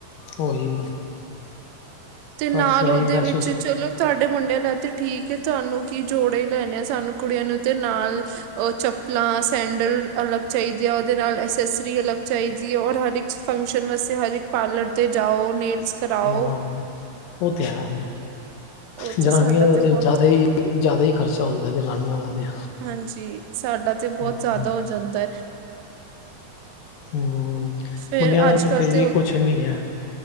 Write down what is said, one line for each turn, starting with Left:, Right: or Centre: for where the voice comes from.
Left: ਉਹੀ।
Right: ਤੇ ਨਾਲ
Left: ਬਸ ਇਹੀ
Right: ਉਹਦੇ
Left: ਮੈਂ
Right: ਵਿੱਚ
Left: ਸੋਚ
Right: ਚਲੋ ਤਾੱਡੇ ਮੁੰਡੇ ਦਾ ਤਾਂ ਠੀਕ ਏ ਤੁਹਾਨੂੰ ਕੀ ਜੋੜੇ ਹੀ ਲੈਨੇ ਆ ਸਾਨੂੰ ਕੁੜੀਆਂ ਨੂੰ ਤੇ ਨਾਲ ਉਹ ਚੱਪਲਾਂ, ਸੈਂਡਲ, ਅਲੱਗ ਚਾਈਦੇ ਆ ਉਹਦੇ ਨਾਲ ਐਸ ਐਸ ਰੀ ਅਲਗ ਚਾਹੀਦੀ ਹੈ ਔਰ ਹਰ ਇੱਕ ਫੰਕਸ਼ਨ ਵਾਸਤੇ ਹਰ ਇੱਕ ਪਾਰਲਰ ਤੇ ਜਾਓ ਨੇਲਸ ਕਰਾਓ।
Left: ਹਾਂ ਉਹ ਤੇ ਹੈ,
Right: ਉਹ
Left: ਜਨਾਨੀਆਂ
Right: ਤੇ ਸਾਡਾ
Left: ਦਾ ਤੇ
Right: ਬਹੁਤ
Left: ਜ਼ਿਆਦਾ ਹੀ ਜ਼ਿਆਦਾ ਹੀ ਖਰਚਾ ਹੁੰਦਾ ਜਨਾਨੀਆਂ ਦਾ ਤੇ।
Right: ਹਾਂਜੀ ਸਾਡਾ ਤੇ
Left: ਹਾਂ
Right: ਬਹੁਤ ਜ਼ਿਆਦਾ ਹੋ ਜਾਂਦਾ ਐ।
Left: ਹੁੰ
Right: ਫੇਰ
Left: ਮੁੰਡਿਆਂ ਦਾ
Right: ਅੱਜ-ਕੱਲ
Left: ਤੇ ਫਿਰ ਵੀ
Right: ਉਹ
Left: ਕੁਛ ਨੀ ਹੈ।